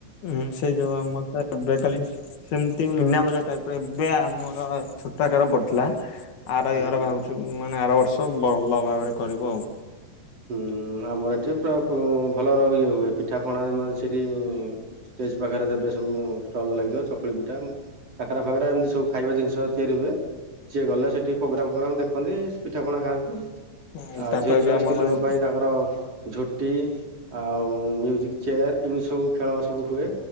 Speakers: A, on the left; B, on the right.
A: ହଁ ସେଇ ଯୋଉ ଆମର ତ ଏବେ କାଲି ସେମିତି ମୀନାବଜାର ଟାଇପ୍ ରେ ଏବେ ଆମର ଛୋ ଛୋଟକାର ପଡ଼ିଥିଲା ଆର
B: ହୁଁ
A: ଇଅର ଭାବୁଛୁ ମାନେ ଆର ବର୍ଷ ଭଲ ଭାବରେ କରିବୁ ଆଉ।
B: ହୁଁ ଆମର ଏଠି ପୁରା ଭଲର ଇଏ ହୁଏ ପିଠାପଣା ଆମର ସେଠି ଷ୍ଟେଜ ପାଖରେ ଦେବେ ସବୁ ଷ୍ଟଲ ଲାଗିଥିବ ଚକୁଳି ପିଠା କାକରା ଫାକରା ଏମିତି ସବୁ ଖାଇବା ଜିନିଷ ତିଆରି ହୁଏ। ସିଏ ଗଲେ ସେଠି ପ୍ରୋଗ୍ରାମ୍ ଫୋଗ୍ରାମ୍ ଦେଖନ୍ତି ପିଠାପଣା ଖାଆନ୍ତି।
A: ହଁ
B: ଆଉ
A: ତାପରେ
B: ଝିଅ ଛୁଆ
A: ବି ଆମ
B: ସ୍ତ୍ରୀ ଲୋକ
A: ମାନେ
B: ପାଇଁ ତାଙ୍କର ଝୋଟି ଆଉ ମ୍ୟୁଜିକ୍ ଚେୟାର ଏମିତି ସବୁ ଖେଳ ସବୁ ହୁଏ